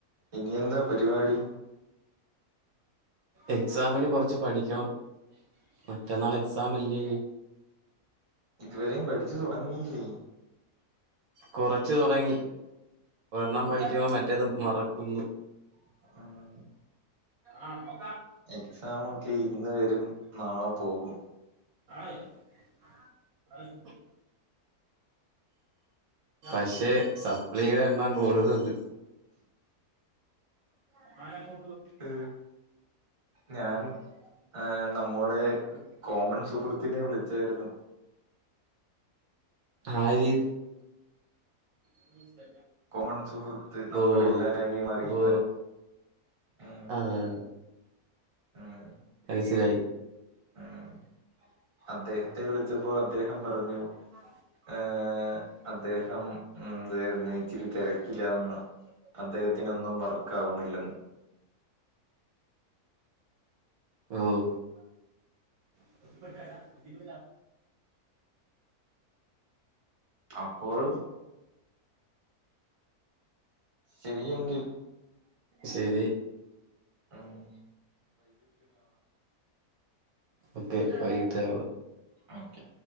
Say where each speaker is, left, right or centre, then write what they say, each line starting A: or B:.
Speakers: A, on the right (about 25°); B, on the right (about 70°).
A: ഇനി എന്താ പരിപാടി?
B: എക്സാമിന് കൊറച്ച് പഠിക്കണം മറ്റന്നാൾ എക്സാം അല്ലേ?
A: ഇതുവരെയും പഠിച്ചു തൊടങ്ങിയില്ലേ?
B: കൊറച്ചു തുടങ്ങി ഒരെണ്ണം
A: ഉം
B: പഠിക്കവാ മറ്റേത് മറക്കുന്നു.
A: ഉം
B: ആഹ് നൊക്ക
A: എക്സാമൊക്കെ ഇന്ന് വരും നാളെ പോകും.
B: <unintelligible> പക്ഷെ സപ്ലീടെ എണ്ണം കൂടുന്നുണ്ട്. <unintelligible>
A: ഏ ഞാൻ ആഹ് നമ്മുടെ. കോമൺ സുഹൃത്തിനെ വിളിച്ചായിരുന്നു.
B: ആര് <unintelligible>
A: കൊമൺ സുഹൃത്ത് നമ്മുടെ
B: ഓ
A: എല്ലാ കാര്യും അറിയുന്നൻ
B: ഓ
A: ഉം
B: ആഹ്
A: ഉം
B: മനസ്സിൽ ആയി
A: ഉം അദ്ദേഹത്തെ വിളിച്ചപ്പോ അദ്ദേഹം പറഞ്ഞു.
B: ആഹ്
A: ആഹ് അദ്ദേഹം എന്തെര്ന്നു ഇച്ചിരി തെരക്കി ലാന്ന് അദ്ദേഹത്തിനൊന്നും വർക്ക് ആവുന്നില്ലെന്ന്.
B: ഓഹ് <unintelligible>
A: അപ്പോൾ ശരിയെങ്കിൽ
B: ശരി
A: ആഹ്
B: ഓക്കെ വൈകിട്ട് കാണാ
A: ഓക്കെ